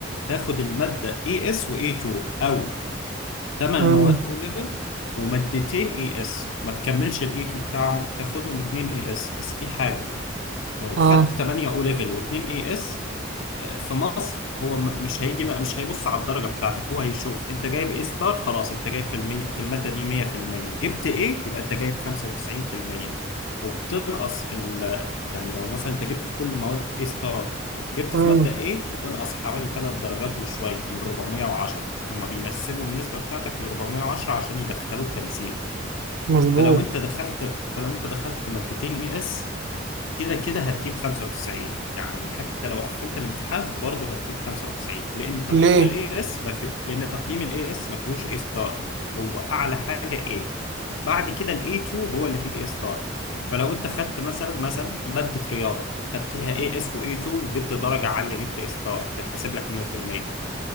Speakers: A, on the left; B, on the right.
A: تاخد المادة AS و A2 أو 8
B: امم
A: مواد أو ليفل ومادتين AS، ما تكملش ال A2 بتاعهم تاخدهم 2 AS، بس في حاجة لو
B: اه
A: خدت 8 أو ليفل و2 AS في مصر هو م- مش هيجي بقى مش هيبص على الدرجة بتاعتك هو هيشوف انت جايب ايه ستار خلاص انت جايب في المي... في المادة دي 100% جبت ايه يبقى انت جايب 95% وبتنقص ال... يعني لو مثلا انت جبت في كل المواد ايه ستار جبت
B: امم
A: في مادة ايه بتنقص حوالي 3 درجات وشوية من 410 هما بينسبوا النسبة بتاعتك ل 410 عشان يدخلوك تنسيق
B: مظبوط
A: فلو انت دخلت فلو انت دخلت مادتين اي اس كده كده هتجيب 95 يعني حتى لو قفلت الامتحان برضه هتجيب 95 لان تقييم
B: ليه
A: الاي اس ما فيه لان تقييم الاي اس ما فيهوش اي ستار هو اعلى حاجه اي بعد كده الاي 2 هو اللي فيه اي ستار فلو انت خدت مثلا مثلا ماده رياضه خدت لها اي اس واي 2 وجبت درجه عاليه جبت اي ستار تتحسب لك 100%